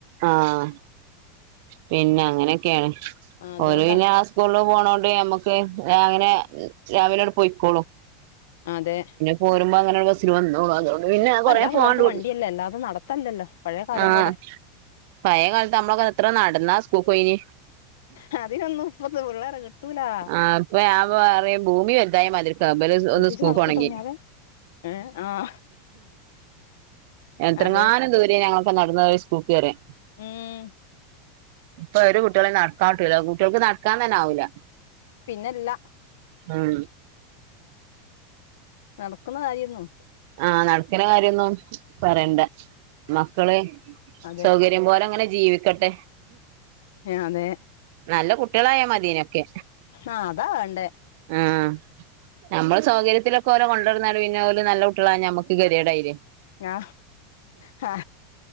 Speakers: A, on the right (about 55°); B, on the left (about 85°).
A: ആഹ് പിന്നെ അങ്ങനൊക്കേണ്.
B: ആഹ് അതുകൊണ്ടാ
A: ഓല് പിന്നെ ആ സ്കൂൾല് പോണോണ്ട് ഞമ്മക്ക് അങ്ങനെ രാവിലെ അട് പോയിക്കോളും.
B: അതെ.
A: പോരുമ്പോ അങ്ങനൊരു ബസ്സില് വന്നോളും അതോ പിന്നെ
B: ഇപ്പ
A: കൊറേ
B: എല്ലാ
A: പോവാണ്ട്
B: പിള്ളേർക്കും
A: വ്ട്ന്ന്
B: വണ്ടിയല്ലേ അല്ലാതെ നടത്തല്ലല്ലോ പഴയ കാലം
A: ആഹ്.
B: പോലെ
A: പയേ കാൽത്ത് അമ്മളൊക്കെ എത്ര നടന്നാ സ്കൂൾക്കോയ്ന്.
B: ഹതിനൊന്നും ഇപ്പത്തെ പിള്ളേരെ കിട്ടൂലാ.
A: ആഹ് ഞാൻ പറയും ഭൂമി വൽതായ മാതിരിക്കാ ഇബല്
B: ശ്രദ്ധിച്ച്
A: ഒന്ന് സ്
B: നടക്കൂട്ടോ
A: പോണങ്കി
B: കുഞ്ഞാവേ ഏഹ് ആഹ്
A: എത്ര
B: അതെ
A: ങ്ങാനു ദൂരേ ഞങ്ങളൊക്ക നട്ന്ന് സ്കൂൾക്ക് <unintelligible>
B: ഉം.
A: ഇപ്പൊ ഒരു കുട്ട്യാളീം നട്ക്കാം കിട്ടൂല കുട്ട്യാൾക്ക് നടക്കാൻ തന്നേ ആവൂല.
B: പിന്നല്ല.
A: ഉം.
B: നടക്കുന്ന കാര്യന്നും
A: ആഹ് നടക്ക്ണ കാര്യൊന്നും പറയണ്ട മക്കള്
B: അതെ
A: സൗകര്യം പോലെ ങ്ങനെ ജീവിക്കട്ടെ.
B: അതെ.
A: നല്ല കുട്ട്യാളായാ മതിനൊക്കെ.
B: ആഹ് അതാ വേണ്ടേ
A: ആഹ് നമ്മള സൗകര്യത്തിലൊക്കെ ഓരേ കൊണ്ടടന്നാല് പിന്നെ ഓല് നല്ല ക്ക്ള്ളാ ഞമ്മക്ക് കതീടായിലേ.
B: ഞാ ഹാ